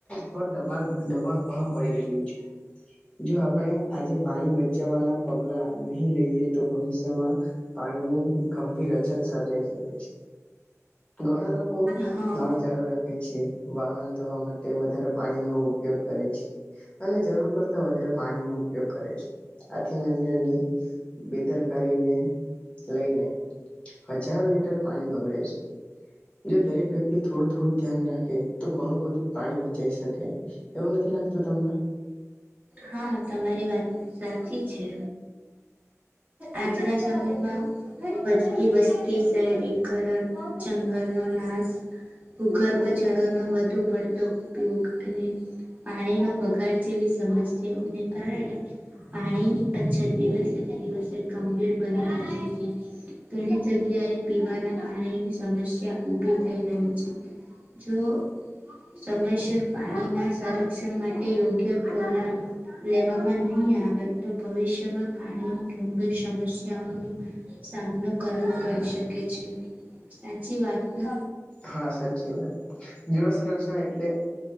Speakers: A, on the left; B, on the right.
A: પર દબણ દબાણ ઘણું પડી રહ્યું છે. જો આપણે આજે પાણી બચાવવાના પગલા નહી લઈએ, તો ભવિષ્યમા પાણીની ગંભીર અછત સર્જાઈ શકે છે. ઘણા લોક કો
B: હા
A: નળ ચાલુ રાખે છે. વાહન ધોવા માટે વધારે પાણીનો ઉપયોગ કરે છે, અને જરૂર કરતા વધારે પાણીનો ઉપયોગ કરે છે. આથી નાની નાની બેદરકારીને લઈને હજારો લીટર પાણી બગડે છે. જો દરેક વ્યક તિ થોડુ-થોડુ ધ્યાન રાખે તો ઘણુ બધુ પાણી બચાઈ શકે. એવુ નથી લાગતુ તમને?
B: હા તમારી વાત સાચી છે. આજના સમયમા વધતી વસ્તી શહેરીકરણ, જંગલનો નાશ, ભૂગર્ભ જળો નો વધુ પડતો ઉપયોગ, અને પાણીનો બગાડ જેવી સમસ સ્યાઓને કારણે પાણીની અછત દિવસે-દિવસે ગંભીર બની રહી છે. ઘણી જગ્યાએ પીવાના પાણીની સમસ્યા ઉભી થઈ રહી છે. જો સમયસર પાણીના સંરક્ષણ માટે યોગ્ય પગલાં લેવામા નહી આવે તો ભવિષ્યમા પાણીની ગંભીર સમસ્યાઓનો સામનો કરવો પડી શકે છે. સાચી વાત ને?
A: હા સાચી વાત. જળ સંરક્ષણ એટલે